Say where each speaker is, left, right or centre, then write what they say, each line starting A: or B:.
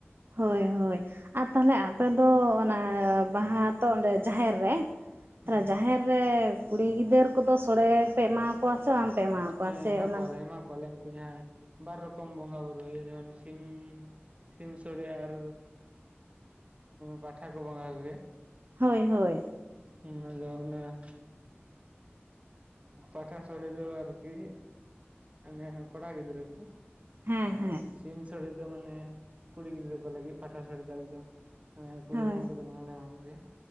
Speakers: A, on the right (about 55°); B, on the right (about 30°).
A: ᱦᱳᱭ ᱦᱳᱭ ᱟᱨ ᱛᱟᱦᱞᱮ ᱟᱯᱮ ᱫᱚ ᱚᱱᱟ ᱵᱟᱦᱟ ᱛᱚ ᱚᱰᱮ ᱡᱟᱦᱮᱸᱨ
B: ᱦᱩᱸ
A: ᱨᱮ ᱡᱟᱦᱮᱸᱨ ᱨᱮ ᱠᱩᱲᱤ ᱜᱤᱫᱟᱹᱨ ᱠᱚ ᱫᱚ ᱥᱳᱲᱮ ᱯᱮ ᱮᱢᱟᱣ ᱠᱚᱣᱟ ᱥᱮ ᱵᱟᱝ ᱯᱮ ᱮᱢᱟᱠᱚᱣᱟ
B: ᱦᱮᱸ
A: ᱥᱮ
B: ᱮᱢᱟ
A: ᱚᱱᱟ
B: ᱠᱚᱣᱟᱞᱮ ᱮᱢᱟ ᱠᱚᱣᱟᱞᱮ ᱩᱱᱠᱩ ᱡᱟᱦᱟᱸᱭ ᱵᱟᱨ ᱨᱚᱠᱚᱢ ᱵᱚᱸᱜᱟ ᱵᱩᱨᱩᱳ ᱦᱩᱭᱩᱜᱼᱟ ᱡᱮᱢᱚᱱ ᱥᱤᱢ ᱥᱤᱢ ᱥᱳᱲᱮ ᱟᱨ ᱯᱟᱴᱷᱟ ᱠᱚ ᱵᱚᱸᱜᱟ ᱠᱚ ᱜᱮᱭᱟ
A: ᱦᱳᱭ ᱦᱳᱭ
B: <unintelligible> ᱟᱫᱚ ᱚᱱᱟ ᱯᱟᱴᱟ ᱥᱳᱲᱮ ᱫᱚ ᱟᱨ ᱠᱤ ᱚᱱᱮ ᱠᱚᱲᱟ ᱜᱤᱫᱽᱨᱟᱹ ᱠᱚ
A: ᱦᱮᱸ
B: ᱟᱨ
A: ᱦᱮᱸ
B: ᱥᱤᱢ ᱥᱚᱲᱮ ᱫᱚ ᱢᱟᱱᱮ ᱠᱩᱲᱤ ᱜᱤᱫᱽᱨᱟᱹ ᱠᱚ ᱞᱟᱹᱜᱤᱫ ᱯᱟᱴᱟ ᱥᱚᱲᱮ ᱫᱚ ᱟᱞᱮ ᱫᱚ ᱠᱩᱲᱤ
A: ᱦᱳᱭ
B: ᱦᱚᱯᱚᱱ ᱠᱚᱫᱚ ᱵᱟᱝᱞᱮ ᱮᱢᱟ ᱠᱚ ᱜᱮᱭᱟ